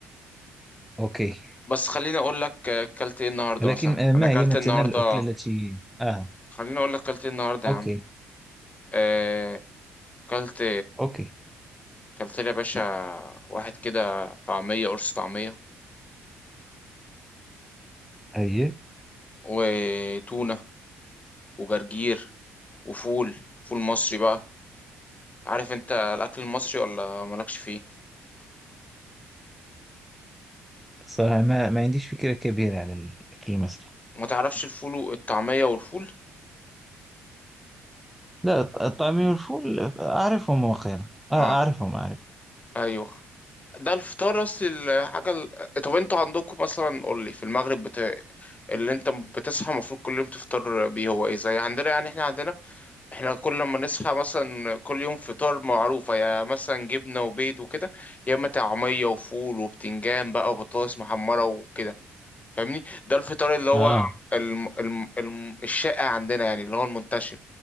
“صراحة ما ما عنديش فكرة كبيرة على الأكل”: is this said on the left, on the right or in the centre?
Centre